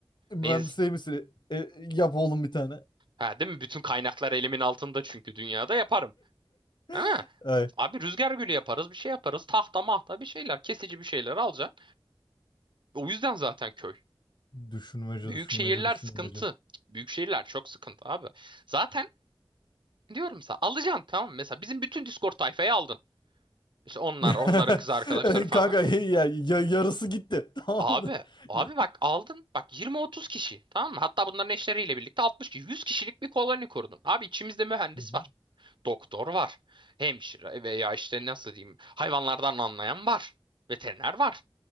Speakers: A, on the left; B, on the right.
A: mühendisliği
B: Benzin.
A: misin? E, yap oğlum bir tane.
B: Ha değil mi? Bütün kaynaklar elimin altında çünkü dünyada yaparım.
A: <laughs>
B: Ha.
A: Ay.
B: Abi rüzgar gülü yaparız, bir şey yaparız. Tahta mahta bir şeyler, kesici bir şeyler alacaksın. O yüzden zaten köy.
A: Düşünmece,
B: Büyük
A: düşünmece,
B: şehirler
A: düşünmece.
B: sıkıntı. Büyük şehirler çok sıkıntı abi. Zaten diyorum sana alacaksın tamam mı? Mesela bizim bütün Discord tayfayı aldın. İşte onlar,
A: <laughs>
B: onların kız arkadaşları falan.
A: Kanka
B: filan.
A: hey ya, ya- yarısı gitti. <laughs> Tamamdır.
B: Abi, abi
A: Ya-
B: bak aldın. Bak 20-30 kişi tamam mı? Hatta bunların eşleriyle birlikte 60 kişi, 100 kişilik bir koloni kurdun. Abi içimizde mühendis
A: Hı hı.
B: var. Doktor var. Hemşire veya işte nasıl diyeyim hayvanlardan anlayan var. Veteriner var.